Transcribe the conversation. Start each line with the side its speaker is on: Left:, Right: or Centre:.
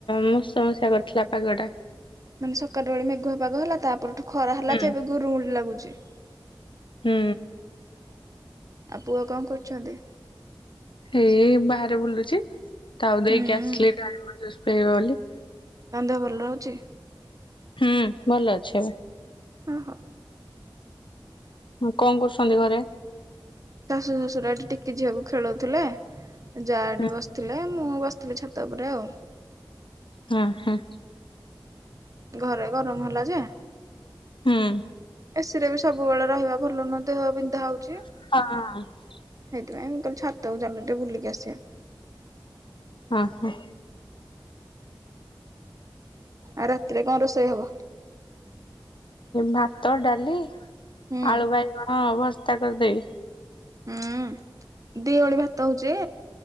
Left: ମୁସୁ ମୁସିଆ କରିଥିଲା ପାଗଟା।
Right: ମାନେ ସକାଳୁ ବେଳେ ମେଘୁଆ ପାଗ ହେଲା ତାପରେଠୁଁ ଖରା ହେଲା
Left: ହୁଁ
Right: ଯେ ଏବେ ଗୁରୁ ଗୁଳି ଲାଗୁଛି
Left: ହୁଁ।
Right: ଆଉ ପୁଅ କଣ କରୁଛନ୍ତି?
Left: ହେଇଇ ବାହାରେ ବୁଲୁଛି ତାକୁ
Right: ହୁଁ
Left: ଦେଇକି ଆସିଲି ଡାଳିମ୍ବ ଯୁସ୍ ପିଇବ ବୋଲି
Right: ତାଙ୍କ ଦେହ ଭଲ ରହୁଛି?
Left: ହୁଁ ଭଲ ଅଛି ଏବେ।
Right: ଓଃ
Left: ହୁଁ କଣ କରୁସନ୍ତି ଘରେ
Right: ଶାଶୁ ଶ୍ୱଶୁର ଏଠି ଟିକି ଝିଅକୁ ଖେଳଉଥିଲେ ଯା ଏଠି
Left: ହୁଁ
Right: ବସି ଥିଲେ ମୁଁ ବସିଥିଲି ଛାତ ଉପରେ ଆଉ।
Left: ହୁଁ ହୁଁ।
Right: ଘରେ ଗରମ ହେଲା ଯେ
Left: ହୁଁ।
Right: ଏସିରେ ବି ସବୁବେଳେ ରହିବା ଭଲ ନୁହଁ ଦେହ ବିନ୍ଧା ହଉଛି।
Left: ହଁ।
Right: ସେଥିପାଇଁ ମୁଁ କହିଲି ଛାତକୁ ଚାଲଟେ ବୁଲିକି ଆସିବା।
Left: ହଁ ହଁ।
Right: ଆଉ ରାତିରେ କଣ ରୋଷେଇ ହବ?
Left: ଭାତ ଡାଲି
Right: ହୁଁ
Left: ଆଳୁ ବାଇଗଣ ଭର୍ତା କରିଦେବି
Right: ହୁଁ ଦି ଓଳି ଭାତ ହଉଚି